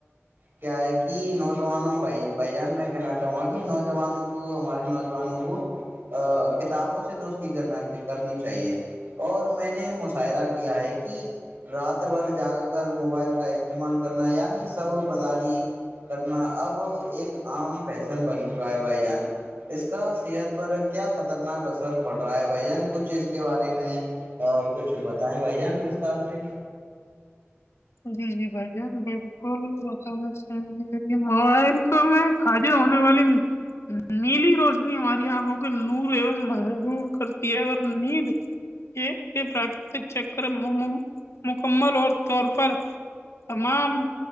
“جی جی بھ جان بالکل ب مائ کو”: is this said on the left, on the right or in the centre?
Left